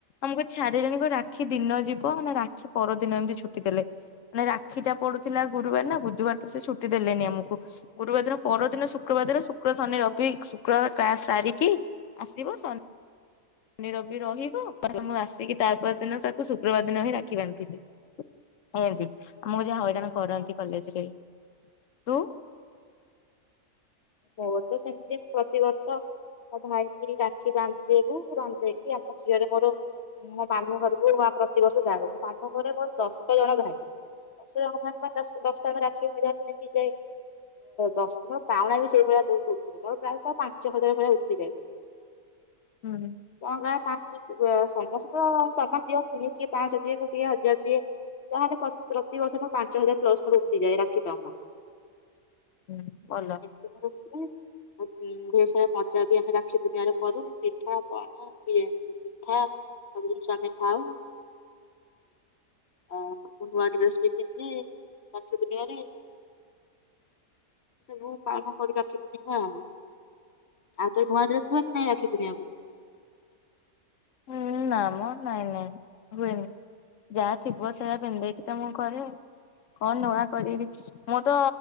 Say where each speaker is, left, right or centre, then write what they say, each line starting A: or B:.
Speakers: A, on the left; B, on the left.
A: ଆମକୁ ଛାଡିଲେଣି ଗୋ ରାକ୍ଷୀ ଦିନ ଯିବ ରାକ୍ଷୀ ପରଦିନ ଏମିତି ଛୁଟି ଦେଲେ। ମାନେ ରାକ୍ଷୀ ଟା ପଡୁଥିଲା ଗୁରୁବାର ନା ବୁଧବାରୁ ସେ ଛୁଟି ଦେଲେନି ଆମକୁ। ଗୁରୁବାର ଦିନ ପରଦିନ ଶୁକ୍ରବାର ଦିନ ଶୁକ୍ର ଶନି ର ଶୁକ୍ରବାର କ୍ଲାସ ସାରିକି ଆସିବ ଶନି ଶନି ରବି ରହିବ ମୁ ଆସିକି ତା ପର ଦିନ ତାକୁ ଶ ଉବାଦିନ ବି ରାକ୍ଷୀ ବାନ୍ଧିଥିଲା ଏମତି ଆମକୁ ଯାହା ହଇରାଣ
B: ଓହୋ,
A: କରନ୍ତି କଲେଜ ରେ ତୁ
B: ମୋ ତ ସେମିତି ମୁଁ ପ୍ରତିବର୍ଷ ମୋ ଭାଇଟି ରାକ୍ଷୀ ବାନ୍ଧି ଦେବୁ ବାନ୍ଧି ଦେଇକି ଆମ ଝିଅରେ ମୋର ମୋ ମାମୁଁ ଘରକୁ ପ୍ରତିିବର୍ଷ ଯାାଉ। ମୋ ମାମୁଁ ଘରରେ ମୋ ଦଶ ଜଣ ଭାଇ ଦଶ ଜଣ ଭାଇ ଦଶଟା ଆମେ ରାକ୍ଷୀ ଯାମତି ଯାଏ ଦଶ ଜ ପାଉଣା ବି ସେଇ ଭଳିଆ ବହୁତ ଉଠିଏ ମର ପ୍ରାୟତ ପାଞ୍ଚ ଛଅ ହଜାର ଭଳିଆ ଉଠିଯାଏ।
A: ହୁଁ
B: ଟଙ୍କା ପାଞ୍ଚ ସମସ୍ତେ ତ ସମାନ ଦିଅନ୍ତିନି। କିଏ ପାଞ୍ଚସହ ଦିଏ କିଏ ହଜାର ଦିଏ ତାହେଲେ ପ୍ରତିିବର୍ଷ ପାଞ୍ଚ ହଜାର ପ୍ଲସ ମୋର ଉଠିଯାଏ ରାଖି ପାଉନା।
A: ହୁଁ ଭଲ।
B: ଏତି <inaudible> ଆଉ ସାର ମଜା ବି ଆମେ ରାକ୍ଷୀ ପୂ୍ଣ୍ଣିମାରେ କରୁ। ପିଠା ପଣା ମିଠା ସବୁ ଜିନିଷ ଆମେ ଖାଉ ଆଉ ନୂଆ ଡ୍ରେସ ବି ପିନ୍ଧେ ରାକ୍ଷୀ ପୂ୍ଣ୍ଣିମାରେ ରେ ସବୁ ପାଳନ କରି ରାକ୍ଷୀ ପୂର୍ଣ୍ଣୀମା ଆଉ ଆଉ ତରେ ନୂଆ ଡ୍ରେସ ହୁଏ କି ନାଇଁ ରାକ୍ଷୀ ପୂ୍ଣ୍ଣିମା କୁ
A: ହୁଁ ନା ମ ନାଇଁ ନାଇଁ ହୁଏନି। ଯାହା ଥିବ ସେଆା ପିନ୍ଧେଇକି ତ ମୁଁ କରେ କଣ ନୂଆ କରିବି ମୁଁ ତ